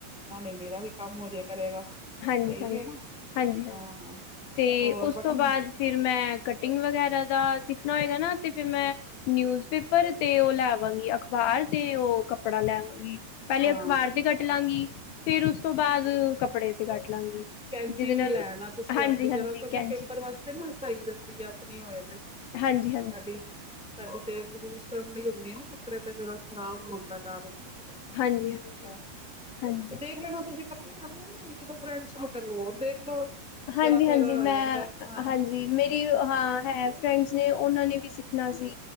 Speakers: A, in the centre; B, on the left (about 75°).
A: ਨਾਲੇ ਮੇਰਾ ਵੀ ਕੰਮ ਹੋ ਜਾੇ ਕਰੇਗਾ।
B: ਹਾਂਜੀ-ਹਾਂਜੀ,
A: ਸਹੀ ਹੈ ਨਾ
B: ਹਾਂਜੀ-ਹਾਂਜੀ,
A: ਹਾਂ
B: ਤੇ
A: ਹੋਰ
B: ਉਸ
A: ਬਟਨ
B: ਤੋਂ ਬਾਅਦ।
A: ਹਾਂ
B: ਫਿਰ, ਮੈਂ ਕਟਿੰਗ ਵਗੈਰਾ ਦਾ, ਸਿੱਖਣਾ ਹੋਏਗਾ ਨਾ ਤੇ ਫਿਰ ਮੈਂ ਨਿਊਜ਼ ਪੇਪਰ, ਤੇ ਉਹ ਲੈਆਵਾਂਗੀ ਅਖ਼ਬਾਰ, ਤੇ ਉਹ ਕੱਪੜਾ ਲੈਆਵਾਂਗੀ। ਪਹਿਲੇ,
A: ਹਾਂ
B: ਅਖ਼ਬਾਰ ਤੇ ਕੱਟ ਲਾਂਗੀ। ਫੇਰ ਉਸ, ਤੋਂ ਬਾਅਦ ਕੱਪੜੇ ਤੇ ਕੱਟ ਲਾਂਗੀ।
A: ਕੈਂਚ
B: ਜਿਹਦੇ ਨਾਲ
A: ਵੀ ਲੈਆਣਾ, ਤੁਸੀਂ
B: ਹਾਂਜੀ-ਹਾਂਜੀ
A: ਆਪਣੀ ਜਰਾ ਕਿਉਂਕਿ,
B: ਕੈਂਚੀ
A: ਪੇਪਰ ਵਾਸਤੇ ਨਾ, ਸਾਈ ਜਾਦੀ ਆ ਆਪਣੀ ਹੋਏ, ਤੇ ਸਾਡੀ
B: ਹਾਂਜੀ-ਹਾਂਜੀ, ਹਾਂਜੀ-ਹਾਂਜੀ,
A: <unintelligible> ਤੇ ਯੂਜ ਕਰਨ ਦੀ ਹੁੰਦੀ ਹੈ। ਨਾ ਕੱਪੜੇ ਤੇ ਫਿਰ ਖਰਾਬ ਹੋਣ ਦਾ ਡਰ ਹੁੰਦਾ ਹੈਗਾ। ਤੇ
B: ਹਾਂਜੀ। ਹਾਂਜੀ ਹਾਂਜੀ
A: ਦੇਖ ਲੈਣਾ, ਤੁਸੀਂ ਕੱਲੇ ਆ ਫੇ, ਇੱਕ-ਦੋ ਫਰੈਂਡਸ ਨੂੰ ਕਰਲੋ ਹੋਰ। ਦੇਖਲੋ,
B: ਹਾਂਜੀ-ਹਾਂਜੀ
A: ਜਰਾ ਫੇਰ ਹੋ
B: ਮੈਂ
A: ਜਾਂਦਾ ਐ, ਹਾਂ।
B: <unintelligible> ਹਾਂ, ਹੈ ਫਰੈਂਡਸ ਨੇ, ਉਹਨਾਂ ਨੇ ਵੀ ਸਿੱਖਣਾ ਸੀ,